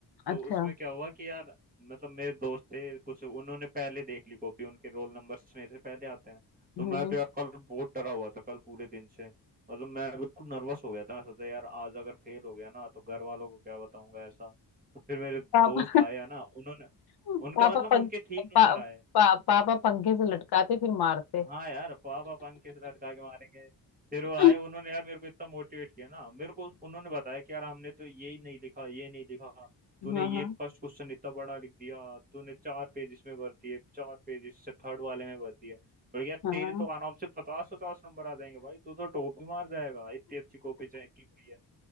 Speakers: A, on the left; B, on the right.
A: अच्छा
B: तो उसमें क्या हुआ कि यार मतलब मेरे दोस्त थे कुछ उन्होंने पहले देख ली कॉपी उनके रोल नंबर्स मेरे से पहले आते हैं तो मैं
A: हम्म
B: तो यार कल बहुत डरा हुआ था कल पूरे दिन से मतलब मैं बिल्कुल नर्वस हो गया था मैं सोचा यार आज अगर फेल हो गया ना तो घर वालों को क्या बताऊंगा ऐसा तो फिर मेरे दोस्त
A: पापा <laughs>
B: आए है ना उन्होंने
A: पापा
B: उनका मतलब
A: पंख
B: उनके ठीक नंबर
A: पा,
B: आए
A: पा, पापा पंखे से लटकाते फिर मारते
B: हाँ यार पापा पंख किस लटका के मारेंगे फिर
A: <laughs>
B: वो आए उन्होंने यार मेरे को इतना मोटिवेट किया ना मेरे को उन्होंने बताया कि यार हमने तो ये ही नहीं लिखा ये नहीं लिखा तूने
A: हाँ
B: ये
A: हाँ
B: फर्स्ट क्वेश्चन इतना बड़ा लिख दिया तूने चार पेज इसमें भर दिए चार पेज इससे थर्ड वाले में भर दिए और यार
A: हाँ
B: तेरे तो आराम से पचास पचास नंबर आ जाएंगे भाई तू तो टॉप ही मार जाएगा इतनी अच्छी कॉपी चाहिए की हुई है